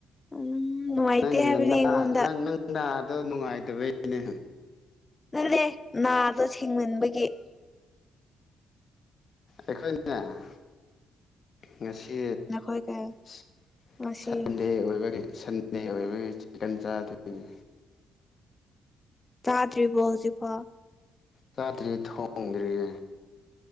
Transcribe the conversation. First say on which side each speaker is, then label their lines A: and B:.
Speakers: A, on the left; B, on the left.
A: ꯎꯝ ꯅꯨꯡꯉꯥꯏꯇꯦ
B: ꯅꯪ
A: ꯍꯥꯏꯕꯅꯦ
B: ꯅꯅꯥ
A: ꯑꯩꯉꯣꯟꯗ
B: ꯅꯪ ꯅꯪ ꯅꯥꯗꯣ ꯅꯨꯡꯉꯥꯏꯇꯕꯩꯅꯦ
A: ꯅꯠꯔꯦ ꯅꯥꯗꯣ ꯁꯤꯡꯃꯟꯕꯒꯤ
B: ꯑꯩꯈꯣꯏꯅꯅꯦ ꯉꯁꯤ
A: ꯅꯈꯣꯏ ꯀ
B: ꯁꯟ
A: ꯉꯁꯤ
B: ꯁꯟꯗꯦ ꯑꯣꯏꯕꯒꯤ ꯁꯟꯗꯦ ꯑꯣꯏꯕꯒꯤ ꯆꯤꯛꯀꯟ ꯆꯥꯗꯣꯏꯅꯤ
A: ꯆꯥꯗ꯭ꯔꯤꯕꯣ ꯍꯧꯖꯤ ꯐꯥꯎ
B: ꯆꯥꯗ꯭ꯔꯤ ꯊꯣꯡꯗ꯭ꯔꯤꯌꯦ